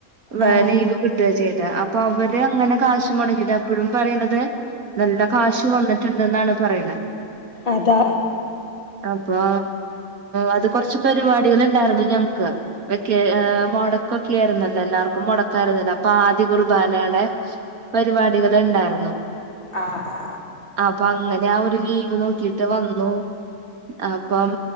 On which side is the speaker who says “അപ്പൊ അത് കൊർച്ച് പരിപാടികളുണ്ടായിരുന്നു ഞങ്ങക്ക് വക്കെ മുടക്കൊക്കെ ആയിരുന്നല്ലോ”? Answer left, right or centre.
Right